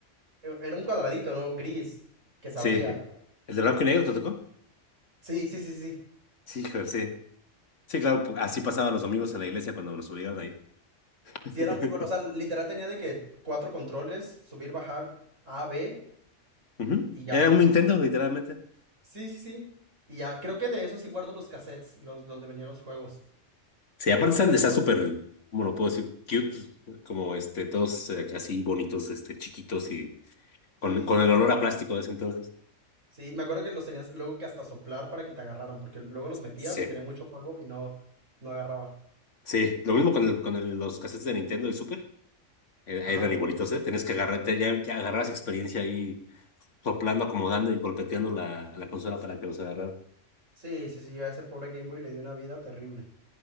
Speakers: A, on the right; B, on the left.
A: e- era un cuadradito, ¿no? Gris, que se
B: Sí.
A: abría.
B: ¿El de blanco y negro te tocó?
A: Sí, sí, sí, sí.
B: Sí, joder, sí. Sí, claro, pu- así pasaban los domingos en la iglesia cuando nos obligaban a ir. <laughs>
A: Sí, era muy bueno. O sea, literal tenía de que cuatro controles, subir, bajar, A, B
B: Ujú.
A: y ya.
B: Era un Nintendo, literalmente.
A: Sí, sí, sí. Y ya, creo que de eso sí guardo los cassettes, los donde venían los juegos.
B: Sí, aparte están, están súper, ¿cómo lo puedo decir? Cute, como este, todos eh, así bonitos, este, chiquitos y
A: Sí,
B: con, con
A: sí,
B: el
A: sí.
B: olor a plástico de ese entonces.
A: Sí, me acuerdo que los tenías luego que hasta soplar para que te agarraran, porque luego los metías
B: Sí,
A: y tenía mucho polvo y no, no agarraba.
B: sí, lo mismo con, el- con el- los cassettes de Nintendo y Super, eh,
A: Ajá.
B: eran igualitos, ¿eh? Tenías que agarrar, te- ya, ya agarrabas experiencia ahí soplando, acomodando y golpeteando la, la consola para que los agarrara.
A: Sí, sí, sí, yo a ese pobre Game Boy le di una vida terrible.